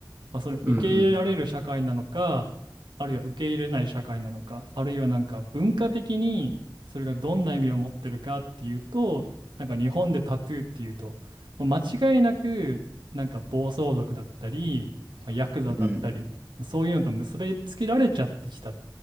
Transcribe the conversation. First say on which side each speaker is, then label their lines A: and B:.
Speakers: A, on the right; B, on the right.
A: まあ、それを受け入れられる社会なのか
B: うんうん。
A: あるいは受け入れない社会なのかあるいはなんか文化的にそれがどんな意味を持ってるかっていうとなんか日本でタトゥーっていうとまあ間違いなくなんか暴走族だったり、まあ、ヤクザだったりそういうのと結びつけられちゃってきた。
B: うん。